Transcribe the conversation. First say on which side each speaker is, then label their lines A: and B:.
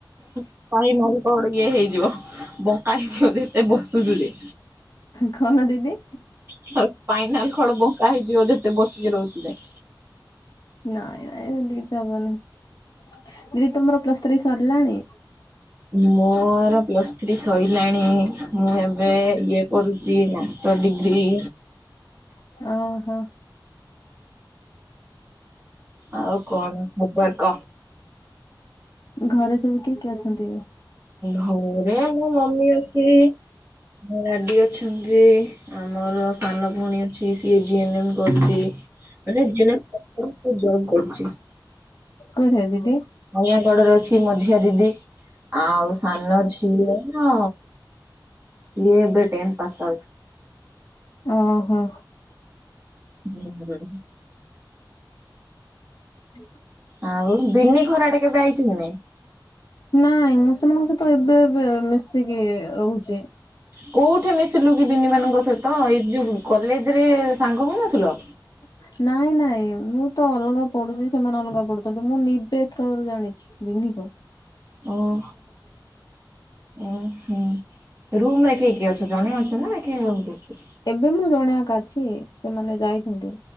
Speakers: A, on the right; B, on the left.
A: ସ୍ପାଇନାଲ୍ କଡ଼ ଇଏ ହେଇଯିବ ବଙ୍କା ହେଇଯିବ ଏତେ ବସୁଛୁ ଯେ।
B: କଣ ଦିଦି?
A: ସ୍ପାଇନାଲ୍ କଡ ବଙ୍କା ହେଇଯିବ ଯେତେ ବସିକି ରହୁଛୁ ଯେ।
B: ନାଇଁ ନାଇଁ ସେମିତି କିଛି ହବନିଁ ଦିଦି ତୁମର ପ୍ଲସ ଥ୍ରୀ ସରିଲାଣି?
A: ମୋର ପ୍ଲସ୍ ଥ୍ରୀ ସଇଲାଣି ମୁଁ ଏବେ ଇଏ କରୁଛି ମାଷ୍ଟର ଡିଗ୍ରୀ।
B: ଓ ହୋ।
A: ଆଉ କଣ ଖବର କହ।
B: ଘରେ ସବୁ କିଏ କିଏ ଅଛନ୍ତି?
A: ଘରେ ମୋ ମମି ଅଛି। ମୋ ଡାଡି ଅଛନ୍ତି ଆମର ସାନ ଭଉଣୀ ଅଛି ସିଏ ଜି ଏନ୍ ମ୍ କରୁଛି ମାନେ <unintelligible> ଜବ୍ କରୁଛି।
B: କୋଉଠେ ଦିଦି।
A: ନୟାଁଗଡ ରେ ଅଛି ମଝିଆ ଦିଦି ଆଉ ସ ସାନ ଝିଅ ନ ସିଏ ଏବେ ଟେନ୍ ପାସ୍ ଆଉଟ୍।
B: ଓ ହୋ।
A: ହୁଁ ହୁଁ।
B: ହୁଁ
A: ଆଉ ବିିନି ଘର ଆଡେ କେବେ ଆଇଛ କି ନାଇଁ।
B: ନାଇଁ ମୁଁ ସେମାନଙ୍କ ସହିତ ଏବେ ଏବେ ମିଶିକି ରହୁଛି।
A: କୋଉଠି ମିଶିଲୁ କି ବିିନି ମାନଙ୍କ ସହିତ ଏଇ ଯୋଉ କଲେଜ ରେ ସାଙ୍ଗ ହଉ ନଥିଲ।
B: ହଁ ନାଇଁ ନାଇଁ ମୁଁ ତ ଅଲଗା ପଢୁଛି ସେମାନେ ଅଲଗା ପଢୁଛନ୍ତି ମୁଁ ନିବେ ଥ୍ରରୁ ଜାଣିଛି। ବିନି କୁ।
A: ଓହୋ ଓ ହ ରୁମ ରେ କି କିଏ ଅଛ ଜଣେ ଅଛନା କିଏ ଆହୁରି ଅଛି।
B: ଏବେ ମୁଁ ଜଣେ ଆକା ଅଛି ସେମାନେ ଯାଇଛନ୍ତି।